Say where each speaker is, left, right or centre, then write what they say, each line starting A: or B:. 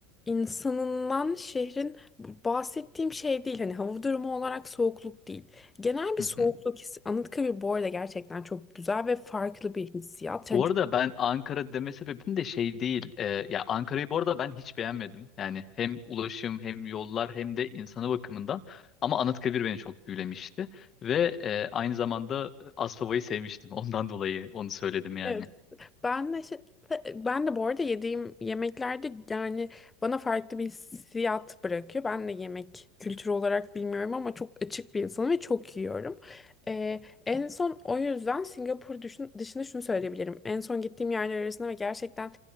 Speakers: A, on the left; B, on the left.
A: insanından şehrin bahsettiğim şey değil. Hani hava durumu olarak soğukluk değil. Genel bir
B: <laughs>
A: soğukluk hissi. Anıtkabir bu arada gerçekten çok güzel ve farklı bir hissiyat. Yani
B: Bu arada ben Ankara deme sebebim de şey değil. Ee, ya Ankara'yı bu arada ben hiç beğenmedim. Yani hem ulaşım hem yollar hem de insanı bakımından. Ama Anıtkabir beni çok büyülemişti. Ve e, aynı zamanda Aspava'yı sevmiştim. <laughs> Ondan dolayı onu söyledim yani.
A: çok- Ben de, şey- ben de bu arada yediğim yemeklerde yani bana farklı bir hissiyat bırakıyor. Ben de yemek kültürü olarak bilmiyorum ama çok açık bir insanım ve çok yiyorum. Ee, en son o yüzden Singapur düşün- dışında şunu söyleyebilirim. En son gittiğim yerler arasında ve gerçekten